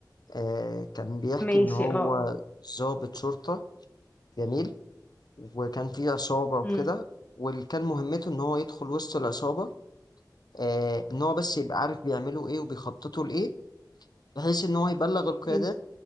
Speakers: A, on the left (about 65°); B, on the left (about 25°).
A: آه كان بيحكي
B: ماشي
A: ان هو
B: اه
A: ضابط شرطة جميل وكان في عصابة وكده
B: امم
A: واللي كان مهمته ان هو يدخل وسط العصابة آه ان هو بس يبقى عارف بيعملوا ايه وبيخططوا لايه بحيث ان هو يبلغ القيادات
B: امم